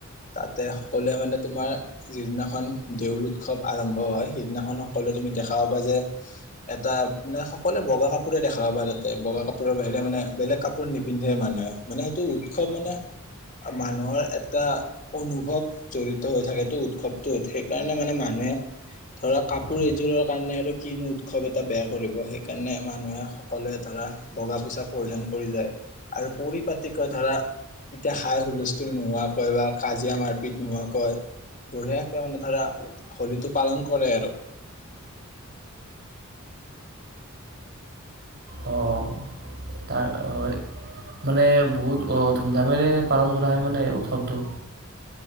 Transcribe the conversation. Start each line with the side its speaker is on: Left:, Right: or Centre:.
Left: তাতে সকলোৱে মানে তোমাৰ যিদিনাখন দেউল উৎসৱ আৰম্ভ হয় সেইদিনাখন সকলোৱে তুমি দেখাব পা যে এটা মানে সকলোৱে বগা কাপোৰে দেখা পাবা তাতে। বগা কাপোৰৰ বাহিৰে মানে বেলেগ কাপোৰ নিপিন্ধে মানুহে, মানে সেইটো উৎসৱ মানে মানুহৰ এটা অনুভৱ জড়িত হৈ থাকেতো উৎসৱটোত সেইকাৰণে মানে মানুহে ধৰা কাপোৰ
Right: তো
Left: এযোৰৰ কাৰণে আৰু কিনো উৎসৱ এটা বেয়া কৰিব, সেইকাৰণে মানুহে সকলোৱে ধৰা বগা পোচাক পৰিধান কৰি যায় আৰু পৰিপাটকৈ ধৰা এতিয়া হাই-হুলস্থুল নোহোৱাকৈ বা কাজিয়া মাৰপিট নোহোৱাকৈ বঢ়িযাকে মানে ধৰা হোলীটো পালন কৰে আৰু।
Right: অহ। তাৰ অহ, মানে বহুত ধুমধামেৰে পালন কৰা হয় মানে উৎসৱটো?